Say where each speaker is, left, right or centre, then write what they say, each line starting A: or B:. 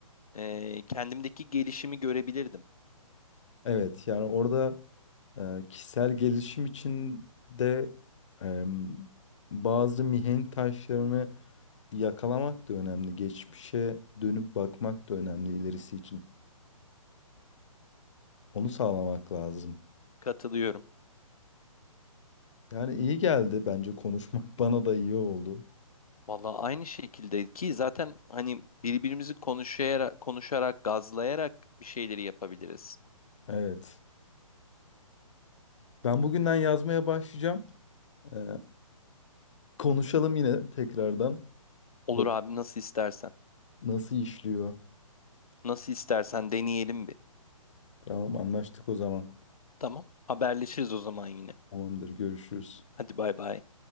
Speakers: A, on the left (about 85°); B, on the left (about 55°).
A: eee, kendimdeki gelişimi görebilirdim.
B: Evet, yani orada e, kişisel gelişim için de e, bazı mihenk taşlarını yakalamak da önemli. Geçmişe dönüp bakmak da önemli ilerisi için. Onu sağlamak lazım.
A: Katılıyorum.
B: Yani iyi geldi bence konuşmak <laughs> bana da iyi oldu.
A: Vallahi aynı şekilde ki zaten hani birbirimizi konuşayarak, konuşarak, gazlayarak bir şeyleri yapabiliriz.
B: Evet. Ben bugünden yazmaya başlayacağım. Ee, konuşalım yine tekrardan.
A: Olur
B: Bak
A: abi nasıl istersen.
B: nasıl işliyor.
A: Nasıl istersen deneyelim bir.
B: Tamam anlaştık o zaman.
A: Tamam. Haberleşiriz o zaman yine.
B: Tamamdır görüşürüz.
A: Hadi bay bay.